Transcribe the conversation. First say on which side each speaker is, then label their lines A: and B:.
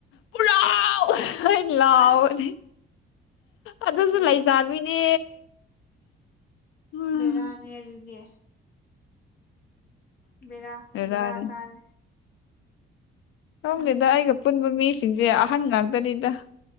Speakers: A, on the left; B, on the left.
A: ꯄꯨꯔꯥ <unintelligible> ꯂꯥꯎꯕꯅꯤ
B: ꯑꯁ
A: ꯑꯗꯨꯁꯨ
B: ꯂꯣꯏ
A: ꯂꯩꯁꯥꯕꯤꯅꯦ ꯎꯝ
B: ꯕꯦꯔꯅꯦꯗꯨꯗꯤ ꯕꯤꯔꯥ
A: ꯕꯦꯔꯥꯅꯦ
B: ꯕꯤꯔꯥ ꯇꯥꯔꯦ
A: ꯈꯪꯗꯦꯗ
B: ꯅꯪꯁꯦ
A: ꯑꯩꯒꯥ ꯄꯨꯟꯕ ꯃꯤꯁꯤꯡꯁꯦ ꯑꯍꯟ ꯉꯥꯛꯇꯅꯤꯗ